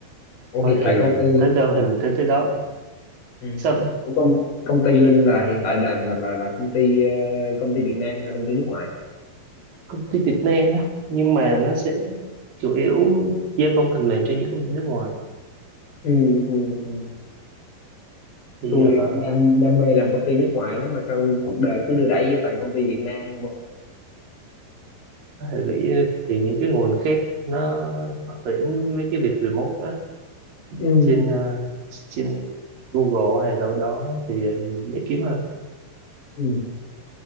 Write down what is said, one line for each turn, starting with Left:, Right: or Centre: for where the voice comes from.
Left: Ủa,
Right: thôi
Left: hiện tại
Right: thì
Left: công ty
Right: tới đâu thì mình tới tới đó
Left: Ừ.
Right: sao vậy
Left: của công công ty Linh là hiện tại làm là là là công ty ờ, công ty Việt Nam hay là công ty nước ngoài
Right: công ty Việt Nam á nhưng mà nó sẽ chủ yếu gia công phần mềm cho những công ty nước ngoài
Left: ừ ừ ừ
Right: thì
Left: tôi
Right: ờ,
Left: thì cũng đam đam mê làm công ty nước ngoài lắm mà sao cuộc đời cứ đưa đẩy vô toàn công ty Việt Nam không à
Right: có thể bị ờ, tìm những cái nguồn khác nó họ tuyển mấy cái việc remote á
Left: ừ
Right: trên ờ, trên Google hay đâu đó thì dễ kiếm
Left: ừ